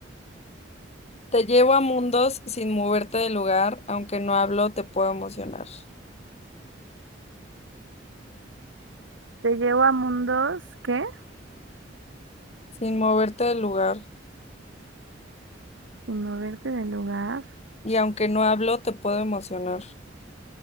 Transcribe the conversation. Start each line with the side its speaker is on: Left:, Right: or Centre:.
Left: Te llevo a mundos sin moverte del lugar, aunque no hablo, te puedo emocionar.
Right: Te llevo a mundos, ¿qué?
Left: Sin moverte del lugar,
Right: Sin moverte del lugar.
Left: y aunque no hablo, te puedo emocionar.